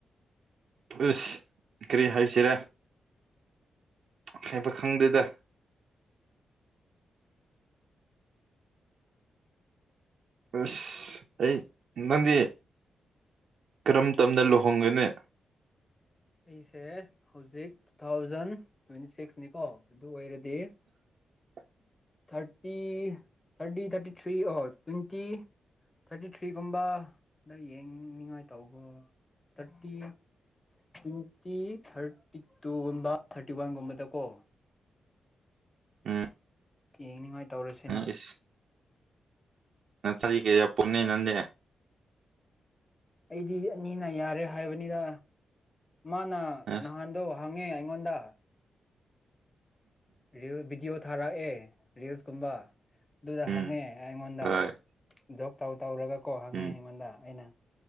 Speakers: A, on the right; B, on the left.
A: ꯑꯁ ꯀꯔꯤ ꯍꯥꯏꯁꯤꯔꯦ ꯍꯥꯏꯕ ꯈꯪꯗꯦꯗ ꯑꯁ ꯑꯩ ꯅꯪꯗꯤ ꯀꯔꯝ ꯇꯝꯗ ꯂꯨꯍꯣꯡꯒꯅꯤ
B: ꯑꯩꯁꯦ ꯍꯧꯖꯤꯛ ꯇꯨꯊꯥꯎꯖꯟ ꯇ꯭ꯋꯦꯟꯇꯤ ꯁꯤꯛꯁꯅꯤꯀꯣ ꯑꯗꯨ ꯑꯣꯏꯔꯗꯤ
A: <inaudible>
B: thirty thirty thirty three or twenty thirty ꯊ꯭ꯔꯤꯒꯨꯝꯕ ꯗ ꯌꯦꯡꯅꯤꯡꯉꯥꯏ ꯇꯧꯕ ꯊꯥꯔꯇꯤ ꯇ꯭ꯋꯦꯟꯇꯤ ꯊꯥꯔꯇꯤ ꯇꯨꯒꯨꯝꯕ ꯊꯥꯔꯇꯤ ꯋꯥꯟꯒꯨꯝꯕꯗꯀꯣ
A: ꯎꯝ
B: ꯌꯦꯡꯅꯤꯉꯥꯏ ꯇꯧꯔꯁꯤꯅ
A: ꯏꯁ <unintelligible>
B: ꯑꯩꯗꯤ ꯑꯅꯤꯅ ꯌꯥꯔꯦ ꯍꯥꯏꯕꯅꯤꯗ ꯃꯥꯅ
A: ꯑꯁ
B: ꯅꯍꯥꯟꯗꯣ ꯍꯪꯉꯦ ꯑꯩꯉꯣꯟꯗ ꯔꯤꯜ ꯚꯤꯗꯤꯑꯣ ꯊꯥꯔꯛꯑꯦ ꯔꯤꯜꯁꯀꯨꯝꯕ ꯑꯗꯨꯗ
A: ꯎꯝ
B: ꯍꯪꯉꯦ ꯑꯩꯉꯣꯟꯗ
A: ꯍꯣꯏ
B: ꯖꯣꯕ ꯇꯧ ꯇꯧꯔꯒ ꯀꯣ ꯍꯪꯉꯦ
A: ꯎꯝ
B: ꯑꯩꯉꯣꯟꯗ ꯑꯩꯅ